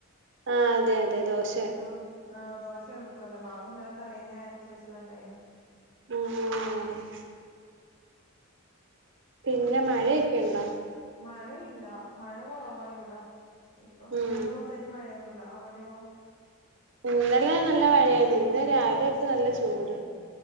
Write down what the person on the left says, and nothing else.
ആഹ് ആഹ് ദോശ എളുപ്പല്ലേ മാവ് ഇന്നല തലേന്നെ അരച് വെച്ച് തുര്ണ്ടായിനു
മഴയില്ല മഴ കൊറവാ ഇവിടാ ഇപ്പം
രണ്ട് മൂന്ന് ദിവസായിട്ട് മഴയൊന്നുല് ല്ല അവിടെയോ